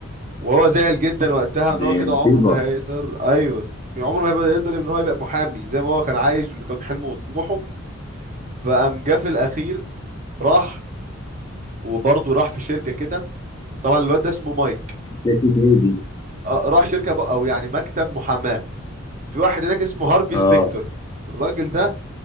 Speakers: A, on the right; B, on the left.
A: وهو زعل جدا وقتها ان
B: دي
A: هو كده
B: مصيبة
A: عمره ما هيقدر ايوه عمره ما هيبقى يقدر ان هو يبقى محامي زي ما هو كان عايز وده كان حلمه وطموحه فقام جه في الاخير راح وبرضه راح في شركه كده طبعا الواد ده اسمه مايك
B: شاكت هي دي
A: آه، راح شركه بقى او يعني مكتب محاماه في واحد هناك اسمه هارفي
B: اه
A: سبيكتر الراجل ده